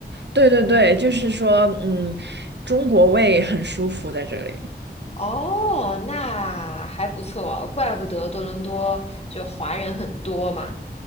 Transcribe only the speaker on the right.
对对对，就是说，嗯，中国胃很舒服在这里。